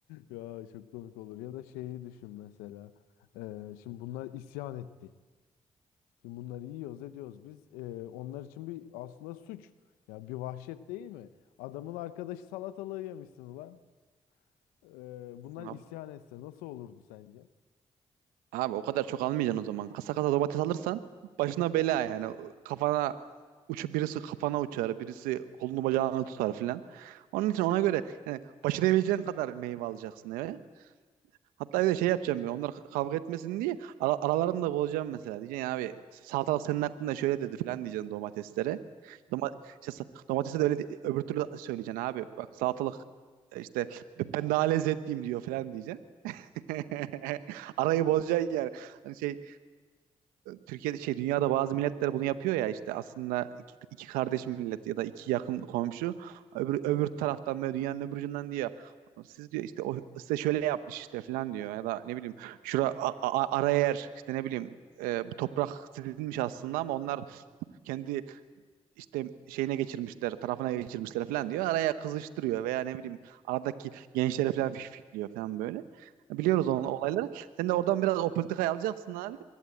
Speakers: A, on the left; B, on the right.
A: Ya çok komik olur. Ya da şeyi düşün mesela. Ee, şimdi bunlar isyan etti. Şimdi bunları yiyoruz ediyoruz biz. Ee, onlar için bir aslında suç. Ya bir vahşet değil mi? Adamın arkadaşı salatalığı yemişsin ulan. Ee, bunlar
B: Abi,
A: isyan etse nasıl olurdu sence?
B: abi o kadar çok almayacaksın o zaman. Kasa kasa domates alırsan başına bela yani. Kafana uçup birisi kafana uçar, birisi kolunu bacağını tutar filan. Onun için ona göre yani başarabileceğin kadar meyve alacaksın eve. Hatta bir de şey yapacağım ben. Onlar kavga etmesin diye ara- aralarını da bozacağım mesela. Diyeceksin ya abi salatalık senin hakkında şöyle dedi falan diyeceksin domateslere. Doma işte, sa- domatese de öyle di öbür türlü söyleyeceksin abi. Bak salatalık e, işte "B- ben daha lezzetliyim diyor falan diyeceksin. <laughs> Arayı bozacaksın yani. Hani şey Türkiye'de şey dünyada bazı milletler bunu yapıyor ya işte aslında iki, iki kardeş millet ya da iki yakın komşu öbür, öbür taraftan böyle dünyanın öbür ucundan diyor siz diyor işte o size şöyle yapmış işte falan diyor ya da ne bileyim şura a, a- ara yer işte ne bileyim e, bu toprak sizinmiş aslında ama onlar kendi işte şeyine geçirmişler, tarafına geçirmişler falan diyor. Araya kızıştırıyor veya ne bileyim aradaki gençlere falan fişfikliyor falan böyle. Biliyoruz onun olayları. Sen de oradan biraz o politikayı alacaksın abi.